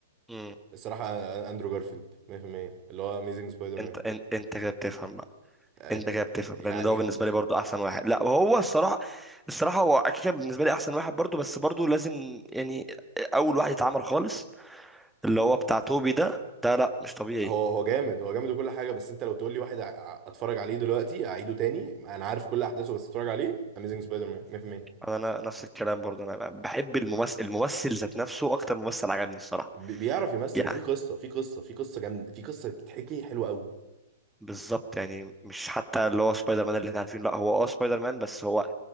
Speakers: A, in the centre; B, on the right.
A: امم
B: الصراحة أ- اندرو جارفيلد 100% اللي هو اميزنج سبايدر مان
A: انت انت انت كده بتفهم بقى
B: آه،
A: انت
B: ب-
A: كده بتفهم
B: يعني
A: لان ده هو بالنسبه لي برضو احسن واحد لا هو الصراحه الصراحه هو اكيد كان بالنسبه لي احسن واحد برضو بس برضو لازم يعني اول واحد اتعمل خالص اللي هو بتاع توبي ده ده لا مش طبيعي
B: هو هو جامد هو جامد وكل حاجة بس انت لو تقول لي واحد أ- اتفرج عليه دلوقتي اعيده تاني انا عارف كل احداثه بس اتفرج عليه اميزنج سبايدر مان 100%
A: انا أنا نفس الكلام برضو انا بحب الممثل الممثل ذات نفسه اكتر ممثل عجبني الصراحه
B: ب- بيعرف يمثل
A: يعني
B: وفي قصة في قصة في قصة جامدة في قصة بتتحكي حلوة قوي
A: بالظبط يعني مش حتى اللي هو سبايدر مان اللي احنا عارفينه لا هو اه سبايدر مان بس هو